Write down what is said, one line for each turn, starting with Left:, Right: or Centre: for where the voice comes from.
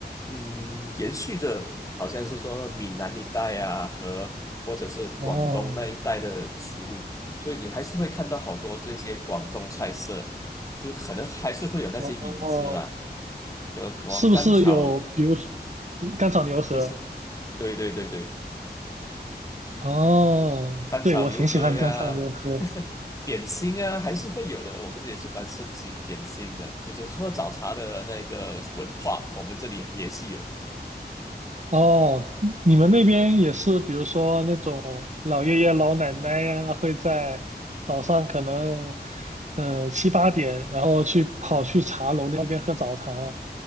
Left: 嗯，延续着好像是说闽南一带啊和或者是广东那一带的食物，
Right: 哦
Left: 所以你还是会看到好多这些广东菜色，就可能还是会有那些影子啦。
Right: 哦哦
Left: 德什么甘草，
Right: 是不是有比如嗯干炒牛河？
Left: 类是，对对对对，
Right: 哦，
Left: 甘草牛河呀，
Right: 对，我挺喜欢干草牛河。
Left: <laughs> 点心啊，还是会有的。我们也是蛮盛行点心的，就是喝早茶的那个文化，我们这里也是有。
Right: 哦，你们那边也是，比如说那种老爷爷老奶奶呀、会在早上可能呃七八点，然后去跑去茶楼那边喝早茶了。